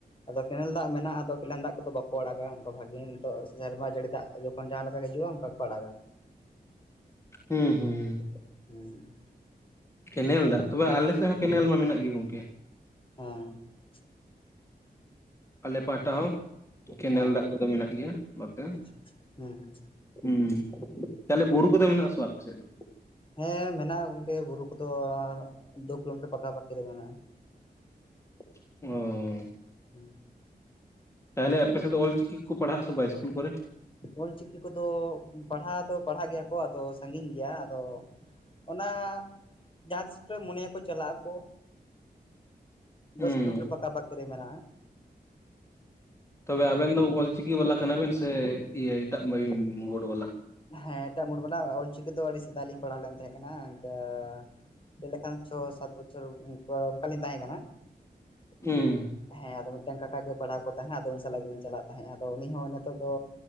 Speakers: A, on the left; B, on the left.
A: ᱟᱫᱚ ᱠᱮᱱᱮᱞ ᱫᱟᱜ ᱢᱮᱱᱟᱜᱼᱟ ᱟᱫᱚᱼᱼ ᱠᱮᱞᱮᱱ ᱫᱟᱜ ᱠᱚ ᱫᱚ ᱵᱟᱠᱚ ᱟᱲᱟᱜᱟ ᱚᱱᱠᱟ ᱵᱷᱟᱜᱤ ᱱᱤᱛᱚᱜ ᱥᱮᱨᱢᱟ ᱡᱟᱹᱲᱤ ᱫᱟᱜ ᱡᱚᱠᱷᱚᱱ ᱡᱟᱦᱟᱸ ᱞᱮᱠᱟ ᱦᱤᱡᱩᱜᱼᱟ ᱚᱱᱠᱟ ᱜᱮᱠᱚ ᱟᱲᱟᱜᱟ
B: ᱦᱩᱸ ᱦᱩᱸ
A: ᱦᱩᱸ
B: ᱠᱮᱱᱮᱞ ᱫᱟᱜ ᱛᱚᱵᱮ ᱟᱞᱮ ᱥᱮᱫ ᱦᱚᱸ ᱠᱮᱱᱮᱞ ᱢᱟ ᱢᱮᱱᱟᱜ ᱜᱮ ᱜᱚᱝᱠᱮ
A: <unintelligible>
B: ᱟᱞᱮ ᱯᱟᱦᱴᱟ ᱦᱚᱸᱼᱼ ᱠᱮᱱᱮᱞ
A: ᱦᱮᱸ
B: ᱫᱟᱜ ᱠᱚᱫᱚ ᱢᱮᱱᱟᱜ ᱜᱮᱭᱟ ᱵᱟᱛᱮᱼᱼ
A: ᱟᱪᱪᱷᱟ ᱦᱩᱸ ᱦᱩᱸ
B: ᱦᱮᱸ ᱛᱟᱦᱚᱞᱮ ᱵᱩᱨᱩ ᱠᱚᱫᱚ ᱢᱮᱱᱟᱜ ᱟᱥᱮ ᱟᱯᱮ ᱥᱮᱫ ᱫᱚᱼᱼ
A: ᱦᱮᱸ ᱢᱮᱱᱟᱜᱼᱟ ᱜᱚᱝᱠᱮ ᱵᱩᱨᱩ ᱠᱚᱫᱚ ᱫᱩ ᱠᱤᱞᱳᱢᱤᱴᱟᱨ ᱯᱟᱠᱟ ᱯᱟᱠᱤ ᱨᱮ ᱢᱮᱱᱟᱜᱼᱟ
B: <unintelligible>
A: <unintelligible>
B: ᱛᱟᱦᱚᱞᱮ ᱟᱯᱮ ᱥᱮᱫ ᱚᱞᱪᱤᱠᱤ ᱠᱚ ᱯᱟᱲᱦᱟᱜ ᱟ ᱥᱮ ᱵᱟᱭ ᱤᱥᱠᱩᱞ ᱠᱚ ᱨᱮᱼᱼ
A: ᱚᱞᱪᱤᱠᱤ ᱠᱚᱫᱚ ᱯᱟᱲᱦᱟᱣ ᱫᱚ ᱯᱟᱲᱦᱟᱜ ᱜᱮᱭᱟ ᱠᱚ ᱟᱫᱚ ᱥᱟᱺᱜᱤᱧ ᱜᱮᱭᱟ ᱟᱫᱚᱼᱼ ᱚᱱᱟ ᱡᱟᱦᱟᱸ ᱛᱤᱥ ᱠᱚᱨᱮ ᱢᱚᱱᱮᱭ ᱟᱠᱚ ᱪᱟᱞᱟᱜ ᱟᱠᱚᱼᱼ
B: ᱦᱩᱸ
A: ᱫᱚᱥ ᱠᱤᱞᱳᱢᱤᱴᱟᱨ ᱯᱟᱠᱟ ᱯᱟᱠᱤ ᱨᱮ ᱢᱮᱱᱟᱜᱼᱟ
B: ᱛᱚᱵᱮ ᱟᱵᱮᱱ ᱫᱚ ᱚᱞ ᱪᱤᱠᱤ ᱵᱟᱞᱟ ᱠᱟᱱᱟ ᱵᱮᱱ ᱥᱮ ᱤᱭᱟᱹ ᱮᱴᱟᱜ ᱵᱳᱰ ᱵᱟᱞᱟ
A: ᱦᱮᱸ ᱮᱴᱟᱜ ᱵᱩᱰ ᱵᱟᱞᱟ ᱚᱞᱪᱤᱠᱤ ᱫᱚ ᱟᱹᱰᱤ ᱥᱮᱫᱟᱭ ᱞᱤᱧ ᱯᱟᱲᱦᱟᱣ ᱞᱮᱱ ᱛᱟᱦᱮᱸ ᱠᱟᱱᱟ ᱤᱱᱠᱟᱹᱼᱼ ᱞᱟᱹᱭ ᱞᱮᱠᱷᱟᱱ ᱪᱷᱚ ᱥᱟᱛ ᱵᱚᱪᱷᱚᱨ ᱚᱱᱠᱟ ᱚᱱᱠᱟᱞᱤᱧ ᱛᱟᱦᱮᱸ ᱠᱟᱱᱟ
B: ᱦᱩᱸ
A: ᱦᱮᱸ ᱟᱫᱚ ᱢᱤᱫᱴᱟᱝ ᱠᱟᱠᱟ ᱜᱮ ᱯᱟᱲᱦᱟᱣ ᱠᱚ ᱛᱟᱦᱮᱸᱱᱟ ᱟᱫᱚ ᱩᱱᱤ ᱥᱟᱞᱟᱜ ᱜᱮᱞᱤᱧ ᱪᱟᱞᱟᱜ ᱛᱟᱦᱮᱸᱜ-ᱟ ᱟᱫᱚ ᱩᱱᱤ ᱦᱚᱸ ᱱᱤᱛᱚᱜ ᱫᱚ